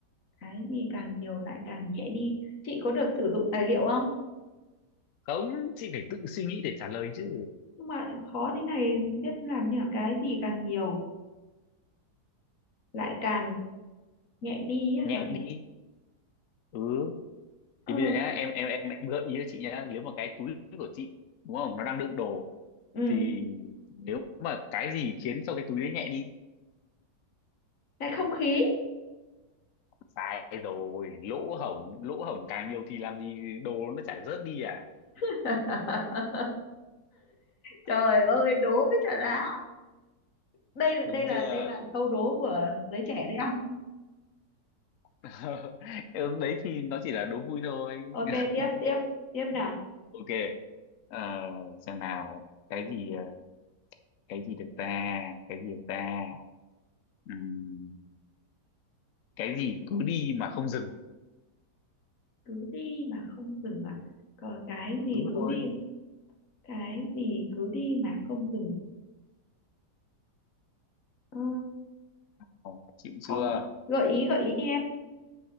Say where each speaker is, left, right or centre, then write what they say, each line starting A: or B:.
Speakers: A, on the left (about 50°); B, on the left (about 70°).
A: cái gì càng nhiều lại càng nhẹ đi chị có được sử dụng tài liệu không
B: không chị phải tự suy nghĩ để trả lời chứ
A: nhưng mà khó thế này biết làm như là cái gì càng nhiều lại càng nhẹ đi á
B: nhẹ
A: hả
B: đi ừ
A: ờ
B: thì bây giờ nhá em em em em gợi ý cho chị nhá nếu mà cái túi của chị đúng không nó đang đựng đồ
A: ừ
B: thì nếu mà cái gì khiến cho cái túi đấy nhẹ đi
A: cái không khí
B: sai rồi lỗ hổng lỗ hổng càng nhiều thì làm gì đồ nó chả rớt đi à
A: <laughs> trời ơi đố với trả lá đây là
B: đúng
A: đây là
B: chưa
A: đây là câu đố của giới trẻ đấy không
B: <laughs> Em đấy thì nó chỉ là đố vui thôi
A: ok
B: <laughs>
A: tiếp tiếp tiếp nào
B: ok Ờ, xem nào cái gì ờ, cái gì được ta cái gì được ta Ừm, cái gì cứ đi mà không dừng
A: cứ đi mà không dừng à Có cái gì
B: đúng rồi
A: cứ đi cái gì cứ đi mà không dừng ờ,
B: Ồ, chịu
A: không
B: chưa
A: gợi ý gợi ý đi em